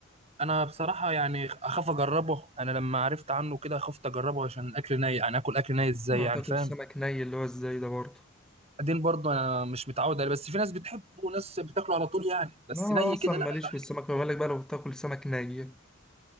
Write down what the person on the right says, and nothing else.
انا بصراحه يعني اخاف اجربه انا لما عرفت عنه كده خفت اجربه عشان الاكل ناي يعني اكل اكل ناي ازاي
يعني
فاهم
بعدين برضه انا مش متعود عليه بس في ناس بتحبه وناس بتاكله على طول يعني بس
ني
كده
لا لا